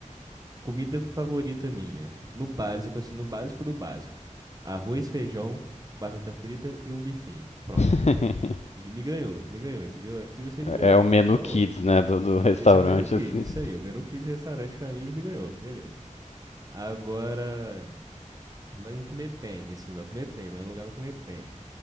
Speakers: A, on the right; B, on the left.
A: Comida favorita minha. No básico, assim, no básico do básico. Arroz, feijão, batata frita e um bifinho. Pronto.
B: <laughs>
A: E Me ganhou, me ganhou, entendeu? Aqui você me ganhou.
B: É o menu
A: Aí acabou.
B: kids, né, do, do restaurante,
A: Esse é o menu kids,
B: assim.
A: isso
B: <laughs>
A: aí. O menu kids restaurante pra mim me ganhou. Beleza. Agora, vai comer bem, assim, vai comer bem, vai num lugar, vai comer bem.